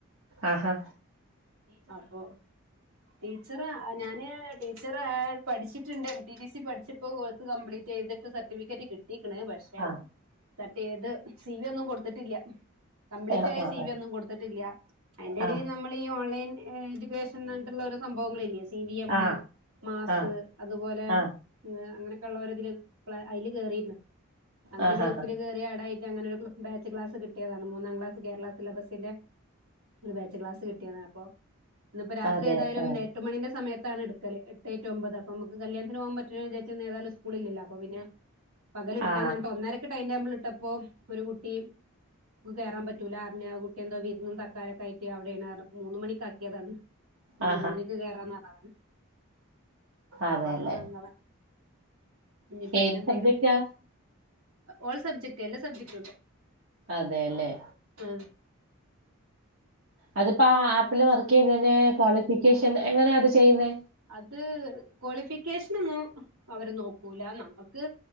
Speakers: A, on the right (about 65°); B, on the right (about 80°).
A: ആഹ് ഹാ
B: അപ്പൊ ടീച്ചറാ ഞാന് ടീച്ചറാ പഠിച്ചിട്ടുണ്ട് എം ടിടിസി പഠിച്ചപ്പോ കോഴ്സ് കംപ്ലീറ്റ് ചെയ്തിട്ട് സർട്ടിഫിക്കറ്റ് കിട്ടിക്ണ് പക്ഷെ
A: ആ
B: സർട്ടിയ്ത് സി വി ഒന്നും കൊടുത്തിട്ടില്ല കംപ്ലീറ്റ്
A: ആ
B: ആയ
A: ആ
B: സി വി ഒന്നും കൊടുത്തിട്ടില്ല അതിന്റെടിയിൽ
A: ആ
B: നമ്മൾ ഈ ഓൺലൈൻ എഡ്യൂക്കേഷനാട്ടുള്ള ഓരോ സംഭവങ്ങള് ഇല്ലേ സി വി
A: ആ
B: എം മാസ്
A: ആ
B: അതുപോലെ
A: ആ
B: അങ്ങനൊക്കെള്ളേരതി പ്ലേ അതില് കേറിന്ന് അങ്ങനെ
A: ആ
B: ഗ്രൂപ്പില്
A: ആ
B: കേറി ഏടായി അങ്ങനെ ഒരു ബാച്ച്ക്ലാസ് കിട്ടിയതാണ് മൂന്നാം ക്ലാസ് കേരള സിലബസിന്റെ ഒരു ബാച്ച് ക്ലാസ് കിട്ടിയാണ് അപ്പൊ ഇന്ന് പ്പോ രാത്രി
A: അതെ
B: ഏതായാലും
A: ആ
B: ലേ എട്ടുമണിന്റെ സമയത്താണ് എടുക്കല് എട്ട് ടു ഒമ്പത് അപ്പ നമുക്ക് കല്യാത്തിന് പോകാൻ പറ്റുലന്ന് വിചാരിച്ചാ ഇന്നേതാലും സ്കൂള് ഇല്ലല്ലോ അപ്പോ പിന്നെ പകലെടുക്കാഞ്ഞട്ട്
A: ആ
B: ഒന്നരക്ക് ടൈം ടേബിൾ ഇട്ടപ്പോ ഒരു കുട്ടി കേയറാൻ പറ്റൂല അറിഞ്ഞ് കുട്ടി എന്തോ വിരുന്നും തക്കാരൊക്കെയായിട്ട് അവിടെന്ന്റഞ് മൂന്ന് മണിക്കാക്കി താണ് ഇനി
A: ആ
B: മൂന്ന് മണിക്ക് കയറാന്നാർഞ്ഞേ
A: അതെ
B: അപ്പൊ അങ്ങനെ
A: അല്ലേ
B: വന്നതാ നിപ്പോ അയിനെന്തെങ്കിലും
A: ഏത് സബ്ജക്റ്റാ
B: ഓൾ സബ്ജക്ട് എല്ലാ സബ്ജക്ടും ഉണ്ട്
A: അതേല്ലേ
B: ആഹ്
A: അതിപ്പോ ആ ആപ്പിൽ വർക്ക് ചെയ്യുന്നെന്റെ ക്വാളിഫിക്കേഷൻ എങ്ങനെയാ അത് ചെയ്യുന്നേ
B: അത് ക്വാളിഫിക്കേഷനൊന്നും അവര് നോക്കൂല നമുക്ക്